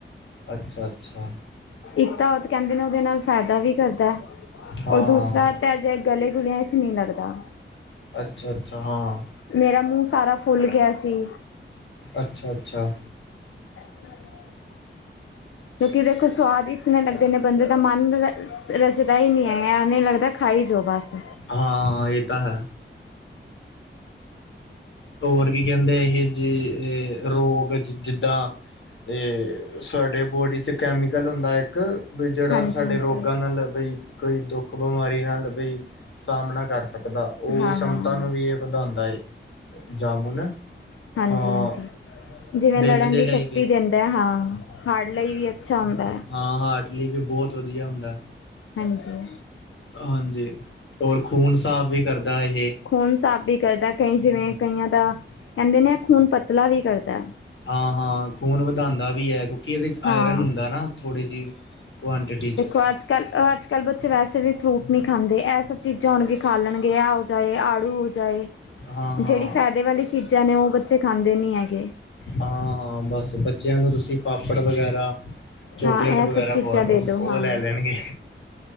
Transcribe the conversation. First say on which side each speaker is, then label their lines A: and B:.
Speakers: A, on the left (about 65°); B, on the left (about 80°).
A: ਅੱਛਾ-ਅੱਛਾ।
B: ਇੱਕ ਤਾਂ ਓ ਤਾ ਕੈਂਦੇ ਨੇ ਓਦੇ ਨਾਲ ਫਾਏਦਾ ਵੀ ਕਰਦੈ
A: ਹਾਂ-ਹਾਂ
B: ਔਰ ਦੂਸਰਾ ਤੇ ਐ ਜੇ ਗਲੇ ਗੁਲੇਆਂ ਚ ਨੀ ਲੱਗਦਾ।
A: ਅੱਛਾ-ਅੱਛਾ ਹਾਂ
B: ਮੇਰਾ ਮੂੰ ਸਾਰਾ ਫੁੱਲ ਗੇਆ ਸੀ।
A: ਅੱਛਾ। ਅੱਛਾ।
B: <unintelligible> ਕਯੂਕਿ ਦੇਖੋ ਸਵਾਦ ਇਤਨੇ ਲੱਗਦੇ ਨੇ, ਬੰਦੇ ਦਾ ਮਨ <inaudible> ਰੱਜਦਾ ਈ ਨੀ ਐ, ਐਵੇਂ ਲੱਗਦਾ ਖਾਈ ਜਾਓ ਬਾੱਸ।
A: ਹਾਂ, ਏ ਤਾਂ ਹੈ। ਹੋਰ ਕੀ ਕੈਂਦੇ ਏ ਜੇ ਰੋਗ ਜਿੱਦਾਂ ਏ ਸਾਡੇ ਬੋਡੀ ਬੋਡੀ ਚ ਕੈਮੀਕਲ ਹੁੰਦਾ ਇੱਕ ਬਈ ਜੇੜਾ
B: ਹਾਂਜੀ
A: ਸਾਡੇ
B: ਹਾਂਜੀ
A: ਰੋਗਾਂ ਨਾਲ਼ ਬਈ ਕਈ ਦੋੱਖ ਬਿਮਾਰੀ ਨਾਲ ਬਈ ਸਾਮਨਾ ਕਾੱਰ ਸਕਦਾ। ਓ
B: ਹਾਂ ਹਾਂ
A: ਸਮਤਾ ਨੂੰ ਵੀ ਏ ਵਧਾਂਦੈ ਜਾਮੁਨ।
B: ਹਾਂਜੀ-ਹਾਂਜੀ।
A: ਹਾਂ
B: ਜਿਵੇਂ
A: ਦਿਲ
B: ਲੜਨ
A: ਦੇ
B: ਦੀ
A: ਲਈ
B: ਸ਼ਕਤੀ
A: ਵੀ
B: ਦੇਂਦੇ, ਹਾਂ, ਹਾਡ ਲਈ ਵੀ ਅੱਛਾ ਹੁੰਦੈ।
A: ਹਾਂ-ਹਾਂ ਠੀਕ ਏ, ਬੋਤ ਵਦੀਆ ਹੁੰਦੈ।
B: ਹਾਂਜੀ।
A: ਹਾਂਜੀ, ਓਰ ਖੂਨ ਸਾਫ਼ ਵੀ ਕਰਦਾ ਏ।
B: ਖੂਨ ਸਾਫ਼ ਵੀ ਕਰਦੈ ਕਈ ਜਿਵੇਂ, ਕਈਆਂ ਦਾ ਕੈਂਦੇ ਨੇ ਖੂਨ ਪਤਲਾ ਵੀ ਕਰਦੈ।
A: ਹਾਂ-ਹਾਂ ਖੂਨ ਵਧਾਂਦੈ ਵੀ ਐ, ਅਗੋ। ਕਿ ਇਦੇ ਚ
B: ਹਾਂ
A: ਆਏਰਨ ਹੁੰਦਾ ਨਾ ਥੋੜੀ ਜਿ ਕੁਆਂਟੀਟੀਜ ਚ
B: ਬਾੱਜ ਕਾਰ ਓ ਅੱਜ ਕੱਲ ਬੱਚੇ ਵੈਸੇ ਵੀ ਫਰੂਟ ਨੀ ਖਾਂਦੇ, ਐ ਸਬ ਚੀਜ਼ਾਂ ਹੁਨ ਵੀ ਖਾ ਲੈਨਗੇ, ਐ ਹੋ ਜਾਏ, ਆੜੂ ਹੋ ਜਾਏ
A: ਹਾਂ ਹਾਂ
B: ਜੇੜੀ ਫੈਦੇ ਵਾਲੀ ਚੀਜ਼ਾਂ ਨੇ, ਓ ਬੱਚੇ ਖਾਂਦੇ ਨੀ ਹੈਗੇ।
A: ਹਾਂ, ਹਾਂ ਬਾੱਸ ਬੱਚੇਆਂ ਨੂੰ ਤੁਸੀਂ ਪਾਪੜ ਵਗੈਰਾ ਆ ਚੋਕਲੇਟ
B: ਹਾਂ ਇਹ
A: ਵਗੈਰਾ
B: ਸਭ ਚੀਜ਼ਾਂ
A: ਖਵਾ ਦੋ,
B: ਦੇ ਦਿਉ
A: ਓ
B: ਹਾਂ
A: ਲੈ ਲੈਨਗੇ।